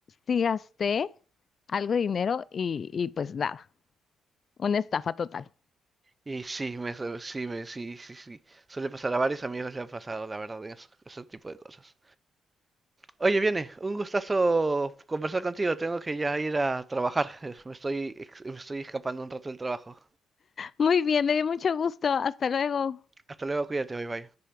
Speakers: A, on the left; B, on the right.
A: sí gasté algo de dinero y, y pues nada. Una estafa total.
B: Y sí, me, su- sí, me, sí, sí, sí. Suele pasar a varios amigos le han pasado, la verdad, en eso- ese tipo de cosas. Oye, viene, un gustazo conversar contigo. Tengo que ya ir a trabajar. <laughs> Me estoy, ex- me estoy escapando un rato del trabajo.
A: Muy bien, me dio mucho gusto. Hasta luego.
B: Hasta luego, cuídate, bye bye.